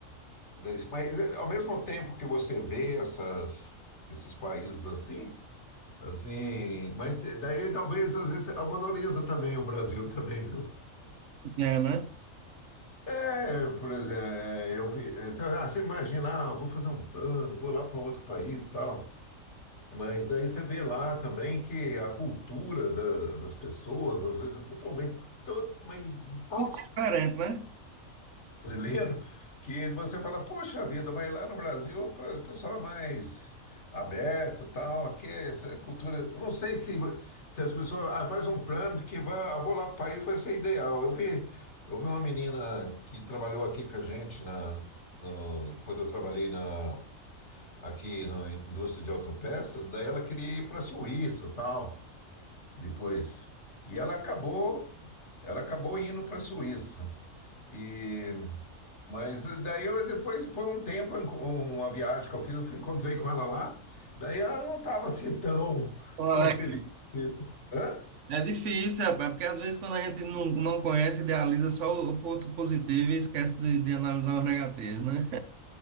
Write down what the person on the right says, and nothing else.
é, né?
Muito diferente, né?
Olha,
É difícil, rapaz, porque às vezes quando a gente não, não conhece, idealiza só o ponto positivo e esquece de, de analisar os negativos, né?